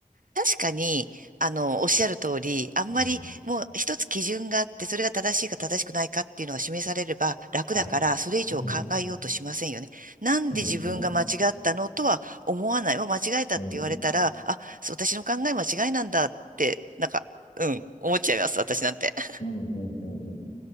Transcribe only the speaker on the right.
確かに、あの、おっしゃる通り、あんまりもう一つ基準があって、
それが正しいか正しくないかっていうのが示されれば楽だから、
それ以上考えようとしませんよね。
なんで自分が間違ったのとは思わない。
もう間違えたって言われたら、
あ、そう私の考え間違いなんだって、なんか、うん、思っちゃいます、私なんて。<laughs>